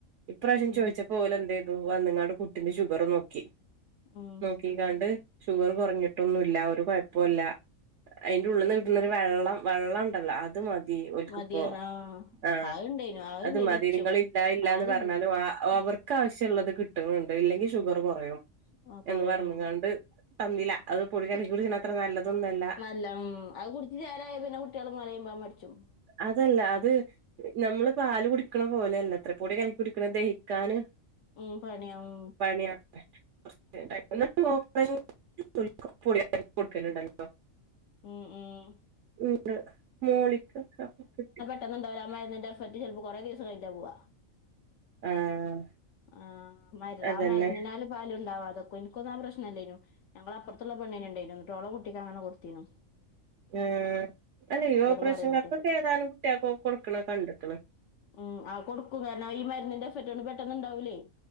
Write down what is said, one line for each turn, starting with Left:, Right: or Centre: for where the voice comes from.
Right: ഇപ്രാശ്യം
Left: ഉം
Right: ചോയിച്ചപ്പൊ ഓല് എന്തെയ്തു, വന്ന്ങ്ങാണ്ട് കുട്ടിന്റെ ഷുഗറും നോക്കി.
Left: ആഹ്.
Right: കീകാണ്ട്, ഷുഗർ കൊർഞ്ഞിട്ടൊന്നുല്ല. ഒരു കൊഴപ്പോല്ല. അയിന്റെ ഉള്ള്ന്ന്
Left: ആ,
Right: കിട്ട്ണൊരു വെള്ളം, വെള്ളംണ്ടല്ലോ അത് മ തി ഓൽക്ക്പ്പോ
Left: മതിയാണ് ആ
Right: ആഹ്,
Left: അതുണ്ടേനു അതുണ്ടേനു
Right: അത് മതി.
Left: ഇച്ചും
Right: നിങ്ങള് ഇല്ല, ഇല്ലാന്ന്
Left: പാലില്ല
Right: പർഞ്ഞാലും ആഹ്,
Left: ഉം,
Right: ഓവർ ക്കാവശ്യള്ളത് കിട്ട്ണ് ണ്ട്. ഇല്ലെങ്കി ഷുഗർ
Left: ഉണ്ട്.
Right: കൊറയും.
Left: ആ, കുറയും
Right: എന്ന് പർഞ്ഞിങ്ങാണ്ട്, തന്നില്ല അത് പൊടി
Left: ഉം,
Right: കലക്കി കുടിക്ക്ണ ത്ര നല്ലതൊന്നുഅല്ല.
Left: നല്ല ഉം, അഅ് കുട്ച്ച് ചേലായാ പിന്നെ കുട്ട്യള് മൊലീമ്പാൻ മട്ച്ചും.
Right: അതല്ല അത്. നമ്മള് പാല് കുടിക്കണ പോലെയല്ലാത്രേ, പൊടി കൽക്കി കുടിക്ക്ണ ദഹിക്കാന്
Left: ഉം, പണിയ ഉം.
Right: <unintelligible> <unintelligible> ന്നട്ട് ഓപ്പറേഷൻ <unintelligible> പൊടി കൽക്കി കൊട്ക്കല്ണ്ടല്ലോ.
Left: ഉം, ഉം.
Right: ണ്ട്. മോളിക്കക്കെ <unintelligible>
Left: ന്നൊന്നുണ്ടാവൂല. ആ മര്ന്നിന്റെ എഫക്ട് ചെൽപ്പോ കൊറേ ദിവസം കയ്ഞ്ഞിട്ടാ പോവ.
Right: ആഹ്.
Left: ആഹ് മര്
Right: അതന്നെ
Left: ആ മര്ന്നിനാല് പാല് ഉണ്ടാവാതെക്കും ഇന്ക്കൊന്നും ആ പ്രശ്നല്ലേനു ഞങ്ങള അപ്പർത്ത്ള്ള പെണ്ണിനിണ്ടെയ്നു. ന്നട്ട് ഓളെ കുട്ടിക്കങ്ങനെ കൊട്ത്തിനു.
Right: ഏഹ്, അല്ലയീ ഓപ്പറേഷൻ
Left: കുറയുന്ന
Right: കാർക്കൊക്കെ
Left: കുട്ടിയക്ക്
Right: ഏതാനും കുട്ട്യേക്കൊക്കെ കൊടുക്ക്ണ കണ്ട്ക്ക്ണ്.
Left: ഉം, ആ കൊട്ക്കും കാരണം, ഈ മര്ന്നിന്റെ എഫറ്റോണ്ട് പെട്ടന്നിണ്ടാവൂലേ.